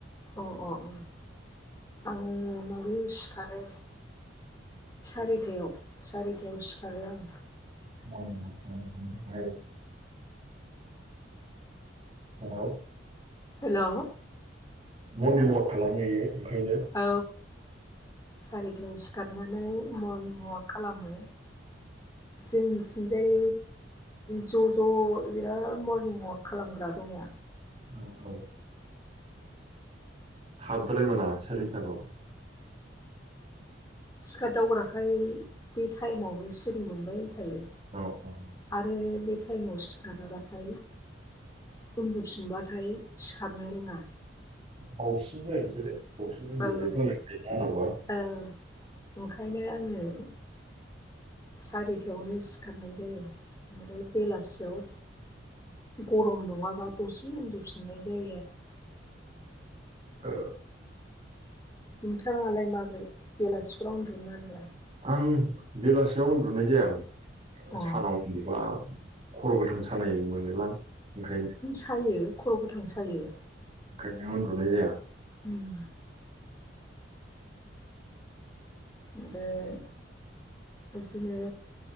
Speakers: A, on the left; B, on the right.
A: अ अ अ आङो माबायाव सिखारो। सारिथायाव सारिथायाव सिखारो आं
B: <inaudible> औ।
A: हेल'।
B: मर्निं अवाक खालामहैयो ओंखायनो
A: औ सारिथायाव सिखारनानै मरनिं अवाक खालामो जोंनिथिंजाय ज' ज' बिराद मरनिं अवाक खालामग्रा दङ
B: औ औ खाबद्राय मोना सारिथाआव
A: थिखा दावग्राखाय बे टाइमावनो सिरि मोनबाय थायो
B: औ औ
A: आरो बे टाइमाव सिखाराबाथाय उन्दुफिनबाथाय सिखारनो रोङा
B: बासिन जायो नोंसोरलाय बावसिन उन्दु
A: औ
B: जबा
A: औ ओंखायनो आङो सारिथायावनो सिखारनाय जायो ओमफ्राय बेलासियाव गरम नङाबा दसे उन्दुफिननाय जायो आरो
B: औ
A: नोंथाङालाय माब्रै बेलासिफोराव उन्दुनोब्ला
B: आं बेलासियाव उन्दुनाय जाया आं
A: अ
B: सानाव उन्दुबा खर' गोथां सानाय मोनोलां ओंखायनो
A: सायो खर' गोथां सायो
B: ओंखायनो उन्दुनाय जाया
A: उम ओमफ्राय बिदिनो